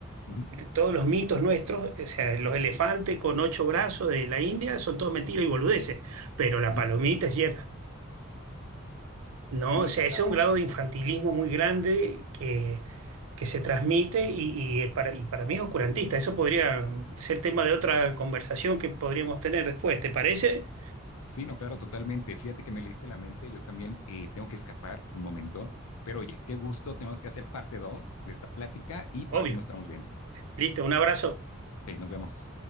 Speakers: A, on the left; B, on the right.
A: Ujú,
B: todos los mitos nuestros, o sea, los elefantes con ocho brazos de la India son todos mentiras
A: ujú,
B: y boludeces, pero la
A: ujú.
B: palomita es cierta. No,
A: Sí,
B: o sea,
A: no,
B: ese
A: claro,
B: es un
A: totalmente.
B: grado de infantilismo muy grande que, que se transmite y, y, eh, para, y para mí es oscurantista. Eso podría ser tema de otra conversación que podríamos tener después, ¿te parece?
A: Sí, no, claro, totalmente. Fíjate que me leíste la mente, yo también eh, tengo que escapar un momento, pero oye, qué gusto, tenemos que hacer parte 2 de esta plática y por
B: obvio.
A: aquí nos estamos viendo.
B: Listo, un abrazo.
A: Ok, nos vemos.